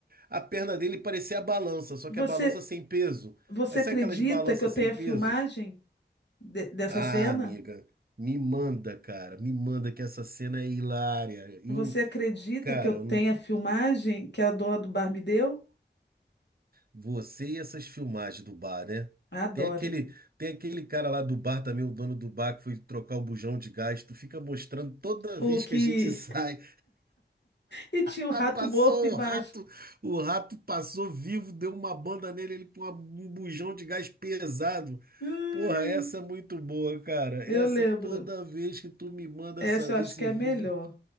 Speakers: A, on the right; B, on the left.
A: a perna dele parecia a balança, só
B: Você,
A: que a balança sem peso.
B: você
A: Aí
B: acredita
A: sabe aquelas balanças
B: que eu tenha
A: sem peso?
B: filmagem de- dessa
A: Ah,
B: cena?
A: amiga, me manda, cara, me manda que essa cena é hilária. Eu,
B: Você acredita
A: cara,
B: que eu tenha
A: eu não-
B: filmagem que a dona do bar me deu?
A: você e essas filmagens do bar, né?
B: Adoro.
A: Tem aquele, tem aquele cara lá do bar também, o dono do bar que foi trocar o bujão de gás, tu fica mostrando toda
B: O
A: vez
B: que
A: que a gente <laughs> sai.
B: E tinha um
A: <laughs>
B: rato
A: Passou
B: morto embaixo.
A: o rato, o rato passou vivo, deu uma banda nele, ele com uma- um bujão de gás pesado.
B: Ai,
A: Porra, essa
B: ai.
A: é muito boa, cara.
B: Eu
A: Essa
B: lembro.
A: toda vez que tu me manda
B: Essa
A: essa- esse
B: eu acho que é
A: vídeo,
B: a melhor.